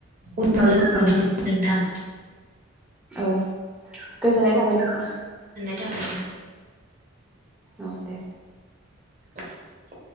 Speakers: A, on the right (about 40°); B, in the centre.
A: <unintelligible>
B: औ
A: नोंथां
B: औ गोजोननाय थाबाय नोंथां
A: जाबाय नोंथां
B: औ दे
A: <inaudible>